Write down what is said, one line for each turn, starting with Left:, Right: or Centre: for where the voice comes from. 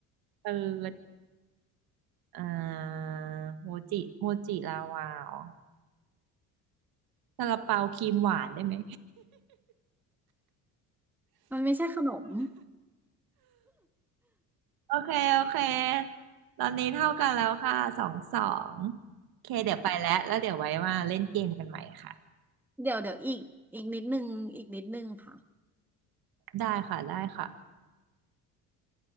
Right: เติร์ดอ่าโมจิโมจิลาวาอ๋อซาลาเปาครีมหวานได้ไหม
Centre: มันไม่ใช่ขนม
Right: โอเคโอเค ตอนนี้เท่ากันแล้วค่ะสองสองโอเคเดี๋ยวไปแล้วแล้วเดี๋ยวไว้มาเล่นเกมกันใหม่ค่ะ
Centre: เดี๋ยวเดี๋ยวอีกอีกนิดนึงอีกนิดนึงค่ะ
Right: ได้ค่ะ ได้ค่ะ